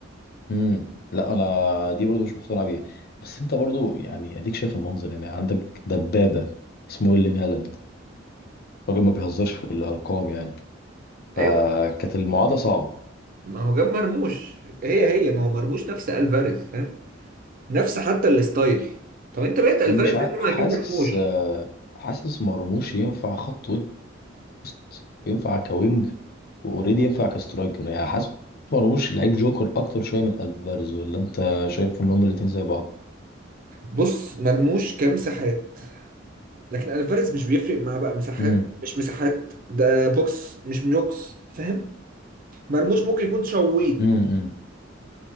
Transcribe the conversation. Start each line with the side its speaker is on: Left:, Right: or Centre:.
Left: امم لا انا دي برضو مش مقتنع بيها بس انت برضو يعني اديك شايف المنظر يعني عندك دبابه اسمه ويليام هالاند راجل ما بيهزرش في الارقام يعني فكانت
Right: ايوه
Left: المعادله صعبه
Right: ما هو جاب مرموش هي هي ما هو مرموش نفس الفاريز فاهم نفس حتى الستايل طب انت بقيت الفاريز
Left: مش عارف
Right: دي
Left: حاسس
Right: ما هتجيب مرموش
Left: آه، حاسس مرموش ينفع خط وسط ينفع كوينج واوريدي ينفع كسترايكر يعني حاسس مرموش لعيب جوكر اكتر شويه من الفاريز ولا انت شايف ان هما الاتنين زي بعض
Right: بص مرموش كمساحات لكن الفاريز مش بيفرق معاه بقى مساحات
Left: امم
Right: مش مساحات ده بوكس مش بوكس فاهم مرموش ممكن يكون شويت
Left: امم